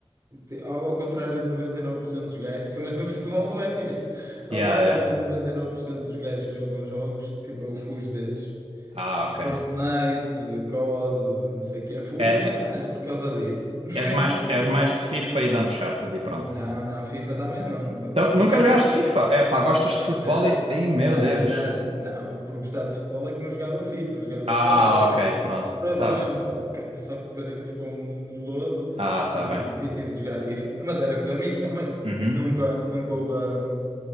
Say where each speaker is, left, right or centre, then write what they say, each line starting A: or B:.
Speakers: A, on the right; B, on the right.
A: te- Ao, ao contrário de 99% dos gajos, tu és no futebol ou é nisto? Ao
B: Yeah,
A: contrário
B: yeah.
A: de 99% dos gajos que jogam jogos, tipo, eu fujo desses.
B: Ah, ok.
A: Fortnite, COD, não sei o quê. Fujo,
B: É,
A: lá
B: é-
A: está, é por causa disso.
B: és
A: <laughs> Nem
B: mais,
A: fujo.
B: és mais de FIFA e de Uncharted e pronto.
A: Não, não, FIFA também não.
B: Tam-
A: Sou
B: nunca
A: mais.
B: jogaste
A: se- se-
B: FIFA? É pá, gostas
A: lá-
B: de futebol
A: já,
B: e. Ai, meu
A: já,
B: Deus.
A: já, já. Não, por gostar de futebol é que não jogava FIFA, jogava
B: Ah,
A: Pro Evolution,
B: ok, pronto.
A: Pro Evolution
B: Tá bem.
A: Soccer. Só que depois aquilo ficou um, um lodo
B: Ah,
A: e
B: tá
A: tive,
B: bem.
A: e tive de jogar FIFA. Mas era com os amigos também.
B: Uhum.
A: Nunca, nunca houve, hum,